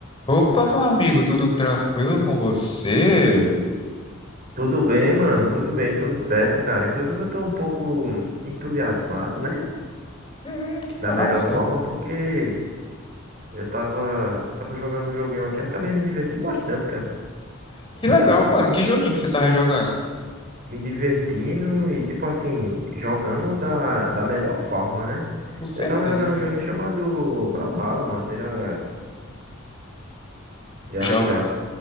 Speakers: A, on the left (about 25°); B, on the right (about 45°).
A: Opa, meu amigo, tudo tranquilo com você?
B: Tudo bem, mano? Tudo bem, tudo certo, cara. Inclusive, eu tô um pouco entusiasmado, né?
A: Hum, que
B: Da
A: massa.
B: melhor forma, porque eu tava, tava jogando um joguinho aqui, eu acabei me divertindo bastante, cara.
A: Que legal, mano. Que joguinho que você tava jogando?
B: Me divertindo e, tipo assim, jogando da, da melhor forma, né?
A: Com certeza,
B: Eu tava jogando
A: né?
B: um joguinho chamado Brawlhalla, mano. Você já, já,
A: Já,
B: já,